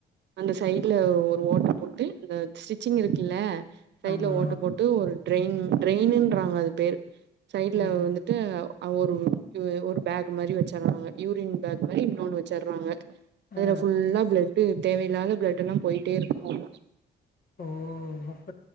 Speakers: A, on the right (about 60°); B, on the left (about 45°).
A: அந்த சைட்ல ஒரு ஓட்ட போட்டு அந்த ஸ்டிச்சிங் இருக்குல்ல சைட்ல
B: ஆமா
A: ஓட்ட போட்டு ஒரு ட்ரெயின் ட்ரெயினுன்றாங்க அது பேர் சைடுல
B: ம்
A: வந்துட்டு அது ஒரு ஒரு பேக் மாதிரி வச்சர்றாங்க யூரின் பேக் மாதிரி இன்னொன்னு வச்சர்றாங்க அதுல
B: ஆ
A: ஃபுல்லா பிளட்டு தேவையில்லாத பிளட் எல்லா போயிட்டே இருக்கும்மா
B: ஓ <unintelligible>